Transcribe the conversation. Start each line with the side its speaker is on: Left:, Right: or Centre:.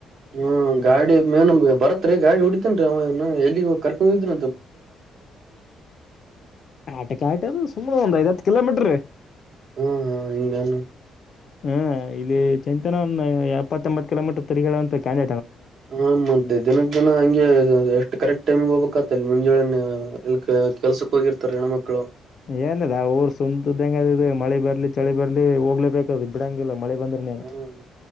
Right: ಹ್ಮ ಗಾಡಿ ಮೇನ್ಮ್ ಬರತ್ರಿ ಗಾಡಿ ಹೊಡಿತೇನ್ ಅವನ ಎಲ್ಲಿ ಕರ್ಕೊಂಡಿದ್ರ
Left: ಆಟೆ ಕಾಟಿ ಅದು ಸುಮ್ಮನೆ ಒಂದು ಐದು ಹತ್ತು ಕಿಲೋಮೀಟರ್
Right: ಹಾ ಹಾ ಹಿಂಗಾನ
Left: ಹ್ಮ ಇಲ್ಲಿ ಚಿಂತನನ್ ಒ ಎಪ್ಪತ್ತ ಎಂಬತ್ ಕಿಲೋಮೀಟರ್ ತರಿಗಂತ ಕ್ಯಾಂಡ
Right: ಹ ಮದ್ದೆ ದಿನಕ್ ದಿನ ಹಂಗೆ ಎಷ್ಟು ಕರೆಕ್ಟ್ ಟೈಮಗ್ ಹೋಗ್ಬೇಕಕ್ ಆತ ಇಲ್ಲಿ ಮುಂಜೆಳನೆ ಇ ಕೆಲ್ಸಕ್ ಹೋಗಿರ್ತಾರೆ ಹೆಣ್ಮ ಮಕ್ಳು
Left: ಏನದ ಊರ್ ಸುಂದದ್ದಂಗ ಮಳಿ ಬರ್ಲಿ ಚಳಿ ಬರ್ಲಿ ಹೋಗ್ಲೇಬೇಕ ಬಿಡಂಗಿಲ್ಲ ಮಳೆ ಬಂದ್ರೆ ನೀನು
Right: ಹ್ಮ್